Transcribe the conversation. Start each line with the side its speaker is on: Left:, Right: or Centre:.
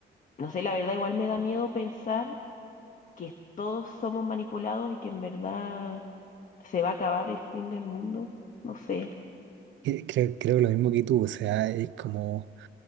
Left: No sé, la verdad igual me da miedo pensar que todos somos manipulados y que en verdad se va a acabar el fin del mundo. No sé.
Right: Eh, Creo, creo lo mismo que tú, o sea, es como,